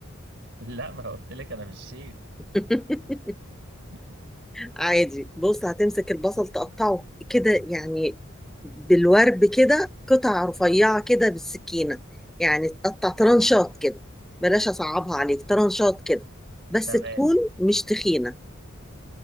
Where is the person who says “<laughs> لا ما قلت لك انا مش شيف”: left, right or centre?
Right